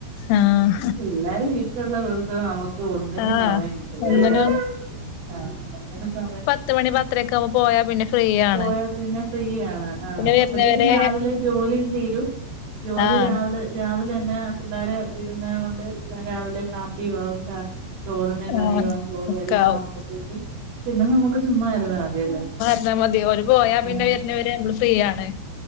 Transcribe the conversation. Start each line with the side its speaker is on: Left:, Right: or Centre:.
Left: ആഹ്
Right: പിള്ളേരു വീട്ടിലുള്ള ദിവസം നമുക് ക്ക് ഒന്നിനും
Left: ആഹ്
Right: സമയം കിട്ടല്ലല്ലേ.
Left: ഒന്നിനും
Right: ആ ഒന്നിനും സമയം
Left: ത്ത് മണി പത്തരൊക്കെ ആവുമ്പോ പോയാ പിന്നെ ഫ്രീ
Right: പോയാപിന്നെ
Left: ആണ്
Right: ഫ്രീ ആണ്. ആ
Left: പിന്നെ വരുന്നവരെ
Right: അപ്പത്തേക്കും രാവിലെ ജോലിം തീരും. ജോലി
Left: ആഹ്
Right: രാവിലെ രാവിലെന്നെ പിള്ളേരെ വിടുന്നേനെ കൊണ്ട് ഞാൻ രാവിലെ കാപ്പി വാവും കാ ചോറിനെ കറിയു
Left: ആഹ്
Right: ആവാൻ ചോറും
Left: ഒക്കാവും
Right: എല്ലാം ആകുമ്പോത്തേക്കും പിന്നെ നമ്മുക്ക് ചുമ്മായിരുന്നാ മതിയല്ലേ.
Left: ന്ന മതി ഓര് പോയാ
Right: ആ
Left: പിന്നെ വരണ വരെ നമ്മള് ഫ്രീയാണ്.